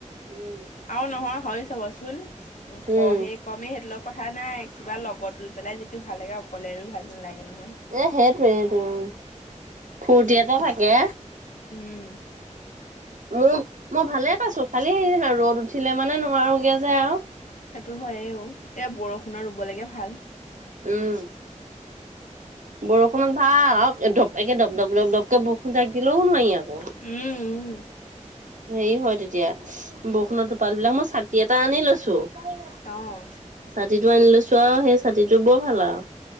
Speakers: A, on the right; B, on the left.
A: উম
B: আও নহয় হয় চাবচোন
A: উম,
B: শ শেষ। কমেই সেইটোৰ কথা নাই কিবা লগত ৰুই পেলাই যিটো ভাল লাগে অকলে ৰুই ভাল নালাগে নহয়।
A: এই সেইটোৱে সেইটোৱে, ফূৰ্তি এটা থাকে।
B: উম।
A: মোৰ মই ভালে পাইছো খালি হেৰি আৰু ৰ'দ উঠিলে মানে নোৱাৰোগে যে আও।
B: সেইটো হয়ও এয়া বৰষুণৰ ৰুব লাগে ভাল।
A: উম, বৰষুণত ভাল আৰু ধপ একে ধপডপ দপডপ। কেব বৰষূণ জাক দিলেও নোৱাৰি আকৌ।
B: উম উম।
A: হেৰি হয় তেতিয়া বৰষুণৰ টোপাল বিলাক মই ছাতি এটা আনি লৈছো। ছাতিটো
B: অ',
A: আনি লৈছো আৰু সেই ছাতিটো বৰ ভাল আও।